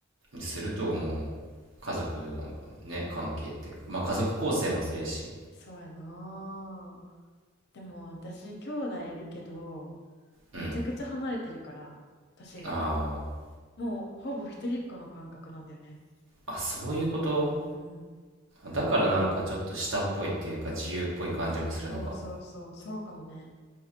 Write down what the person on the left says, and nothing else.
そうやなー。でも私、兄弟いるけど、
めちゃくちゃ離れてるから、私が。
もうほぼ一人っ子の感覚なんだよね。
うん。
そうそうそう、そうかもね。